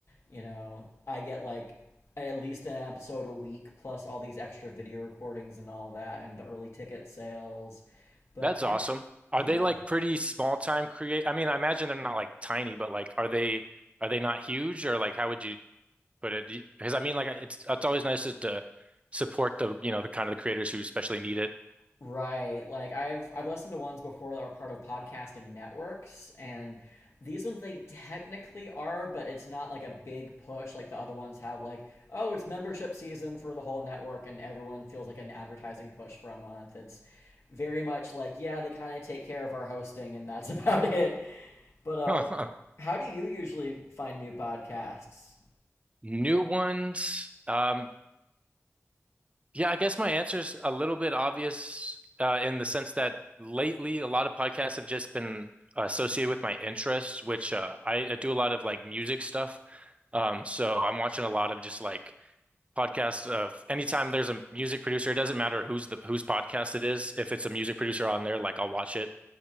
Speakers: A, on the left; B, on the right.
A: You know, I get like at least an episode a week, plus all these extra video recordings and all that, and the early ticket sales. But
B: That's awesome.
A: I yeah
B: Are they like pretty small time create? I mean, I imagine they're not like tiny, but like are they are they not huge or like how would you But it, because I mean, like it's it's always nice to to support the you know the kind of the creators who especially need it. <laughs>
A: Right. Like I've I've listened to ones before that were part of podcasting networks and these ones they technically are, but it's not like a big push like the other ones have like, oh, it's membership season for the whole network and everyone feels like an advertising push for a month. It's very much like, yeah, they kind of take care of our hosting and that's <laughs> about it. But uh
B: Huh, huh.
A: how do you usually find new podcasts?
B: New ones. Um, Yeah, I guess my answer's a little bit obvious uh, in the sense that lately a lot of podcasts have just been associated with my interests, which uh, I, I do a lot of like music stuff. Um, so I'm watching a lot of just like podcasts of anytime there's a music producer, it doesn't matter who's the whose podcast it is. If it's a music producer on there, like I'll watch it.